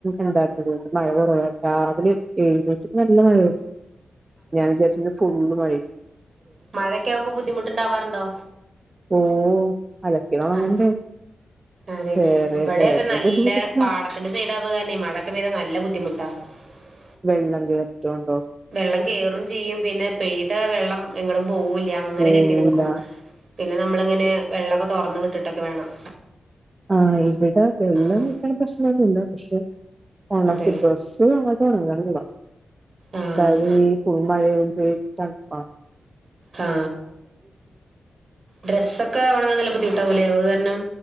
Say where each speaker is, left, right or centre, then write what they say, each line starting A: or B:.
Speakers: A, on the right (about 30°); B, on the right (about 55°).
A: ണ്ടാ <unintelligible> മഴ കൊറവാ രാവിലെ എഴുന്നേറ്റപ്പോനല്ല മഴ ഞാൻ വിചാരിച്ചു ഇന്ന് ഫുൾ മഴ
B: മഴക്കെ ആമ്പോ ബുദ്ധിമുട്ടുണ്ടാവാറുണ്ടോ?
A: ഓ അലക്കിയത് ഉണങ്ങണ്ടേ
B: അഹ് അതെ
A: വേറെ
B: ഇവിടെ
A: വേറെ
B: അതെ നല്ല
A: ബുദ്ധിമുട്ടൊന്നുമില്ല
B: പാടത്തിന്റെ സൈഡ് ആവുകരന്നെ മഴയൊക്കെ പെയ്താ നല്ല ബുദ്ധിമുട്ടാ. <unintelligible>
A: വെള്ളം ചേറ്റൊണ്ടോ?
B: വെള്ളം കേറും ചെയ്യും. പിന്നെ പെയ്ത വെള്ളം എങ്ങടും പോവില്ല അങ്ങനെ
A: പോവൂല
B: കെട്ടി നിൽക്കും പിന്നെ നമ്മളങ്ങനെ വെള്ളമൊക്കെ തുറന്ന് വിട്ടിട്ടൊക്കെ വേണം.
A: ആ ഇവിടെ വെള്ളം
B: ആഹ്
A: കേറണ പ്രശ്നൊന്നുമില്ല പക്ഷെ ഉണക്
B: അതെ
A: ഡ്രസ്സ് ഉണക്കനാ ഇണ്ടോ
B: ആഹ്
A: <unintelligible> <unintelligible> തണുപ്പാ
B: ആ ഡ്രസ്സൊക്കെ ഉണങ്ങാൻ നല്ല ബുദ്ധിമുട്ടാവല്ലേ ണം